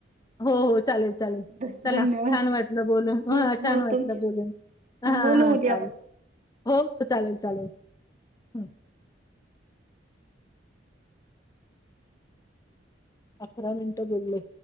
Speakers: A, on the left; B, on the right.
A: हो हो चालेल चालेल
B: धन्यवाद
A: चला छान वाटलं बोलून
B: बोल
A: ह
B: हो
A: छान
B: तुमचे
A: वाटलं बोलून हा
B: बोलू
A: हा
B: उद्या
A: चालेल
B: मग
A: हो हो चालेल चालेल हं, अकरा मिनिट बोलले.